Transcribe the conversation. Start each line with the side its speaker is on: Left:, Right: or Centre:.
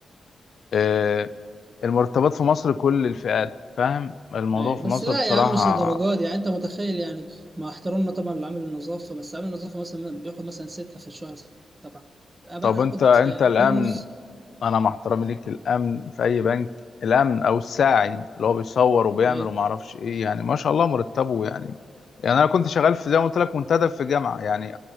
Left: آه، المرتبات في مصر كل الفئات فاهم الموضوع
Right: أيوة.
Left: في
Right: بس
Left: مصر
Right: لا
Left: بصراحة
Right: يا عم مش الدرجات دي. يعني انت متخيل يعني مع احترامنا طبعا لعامل النظافه بس عامل النظافه مثلا بياخد مثلا سته في الشهر سبعه ابقى
Left: طب
Right: انا
Left: أنت
Right: اخد
Left: أنت
Right: آه،
Left: الآن
Right: اتنين ونص
Left: انا مع احترامي ليك الامن في اي بنك الامن او الساعي اللي هو بيصور وبيعمل
Right: ايوه
Left: وما اعرفش ايه يعني ما شاء الله مرتبه يعني يعني انا كنت شغال في زي ما قلت لك منتدب في جامعه يعني